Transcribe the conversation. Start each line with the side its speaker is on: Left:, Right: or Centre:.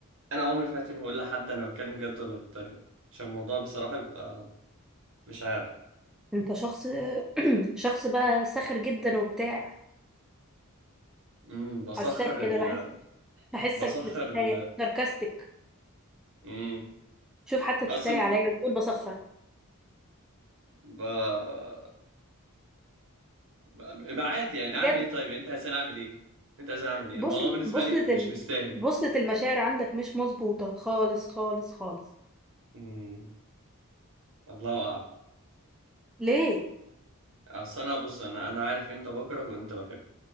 Right: انا عمري في حياتي ما هقول لحد انا بتكلم جد ولا بتريق عشان الموضوع بصراحة بيبقى مش عارف
Centre: انت شخص <clears throat> شخص بقى ساخر جدا وبتاع
Right: امم بسخر
Centre: حساك كده
Right: ال
Centre: بحس بحسك
Right: بسخر
Centre: بتتريق
Right: ال
Centre: ساركاستك
Right: امم
Centre: شوف حتى بتتريق
Right: اصلا
Centre: عليا وبتقول بسخر
Right: ب... <laughs> ما عادي يعني اعمل
Centre: بجد
Right: ايه طيب انت عايز اعمل ايه انت عايز اعمل ايه
Centre: بوصلة
Right: الموضوع بالنسبة
Centre: بوصلة
Right: لي مش
Centre: ال...
Right: مستاهل
Centre: بوصلة المشاعر عندك مش مظبوطة خالص خالص خالص
Right: امم الله اعلم
Centre: ليه
Right: اصل انا بص انا انا عارف امتى بكره وامتى بحب